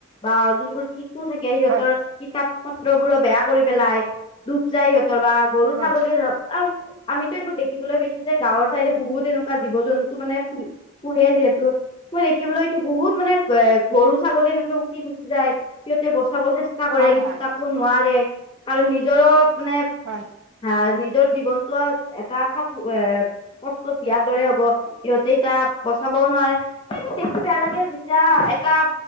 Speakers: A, on the left; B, on the right.
A: বা যোনবোৰ শিকো থাকে সিহঁতৰ
B: হয়
A: কিতাপ পত্ৰবোৰো বেয়া কৰিব পেলাই ডুব যায় সিহঁতৰ বা গৰু
B: হয়
A: ছাগলী ধৰক আৰু আমিতো এইবোৰ দেখিবলৈ পাইছো যে গাঁৱৰ ছাইদে বহুত এনেকুৱা জীৱ জন্তু মানে পোহে যিহেতু মই দেখিবলৈছো বহুত মানে এ গৰু ছাগলী এনেকে গুচি যায় সিহঁতে বচাব চেষ্টা কৰে
B: হয়
A: কিন্তু
B: হয়
A: তাকো নোৱাৰে কাৰণ নিজৰো মানে
B: হয়
A: হা নিজৰ জীৱনতটো এটা স এ কষ্টত বিয়াৰ দৰে হ'ব সিহঁতে এতিয়া বচাবও নোৱাৰে সেইবোৰ দেখি বেয়া লাগে যেতিয়া এটা